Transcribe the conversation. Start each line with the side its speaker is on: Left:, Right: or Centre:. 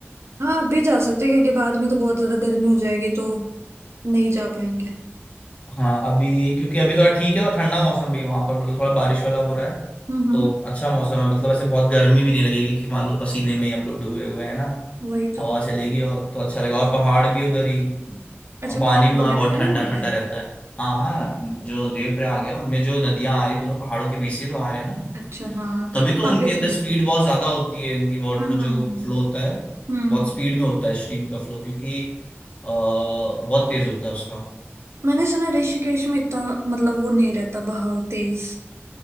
Right: हाँ अभी जा सकते हैं क्योंकि बाद में तो बहुत ज्यादा गर्मी हो जाएगी तो नहीं जा पाएंगे
Left: हाँ अभी क्योंकि अभी थोड़ा ठीक है और ठंडा मौसम भी वहां पर मतलब थोड़ा बारिश वाला हो रहा है
Right: हम्म हम्म
Left: तो अच्छा मौसम है मतलब ऐसे बहुत गर्मी भी नहीं लगेगी कि मान लो पसीने में ही हम लोग डूबे हुए हैं ना
Right: वही तो
Left: हवा चलेगी और तो अच्छा लगा और पहाड़ भी उधर ही
Right: अच्छा
Left: और पानी
Right: पार्क
Left: भी वहां
Right: वगैरह
Left: बहुत
Right: है
Left: ठंडा
Right: वहां
Left: ठंडा
Right: पे
Left: रहता है हाँ हाँ जो देवप्रयाग है उनमें जो नदियां आ रही दोनों पहाड़ों के बीच से तो आ रहे हैं ना
Right: अच्छा हाँ
Left: तभी
Right: तब तो
Left: तो
Right: काफी
Left: उनके
Right: सही
Left: अंदर स्पीड
Right: है फिर।
Left: बहुत ज्यादा होती है इनकी वाटर
Right: हम्म
Left: जो
Right: हम्म
Left: फ्लो होता है
Right: हम्म।
Left: बहुत स्पीड में होता है स्ट्रीम का फ्लो क्योंकि अ, बहुत तेज होता है उसका
Right: मैंने सुना ऋषिकेश में इतना मतलब वो नहीं रहता बहाव तेज